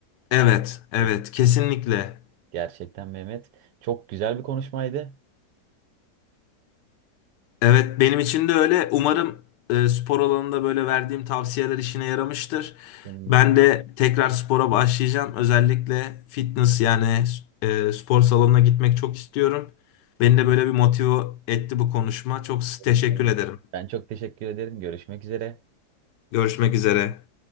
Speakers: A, on the left; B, on the right.
A: Evet, evet
B: Evet.
A: kesinlikle.
B: Gerçekten Mehmet. Çok güzel bir konuşmaydı.
A: Evet benim için de öyle. Umarım e, spor alanında böyle verdiğim tavsiyeler işine yaramıştır.
B: Seninle.
A: Ben de tekrar spora başlayacağım. Özellikle fitness yani e, spor salonuna gitmek çok istiyorum. Beni de böyle bir motive etti bu konuşma. Çok
B: Evet,
A: teşekkür
B: benim
A: ederim.
B: de. Ben çok teşekkür ederim. Görüşmek üzere.
A: Görüşmek üzere.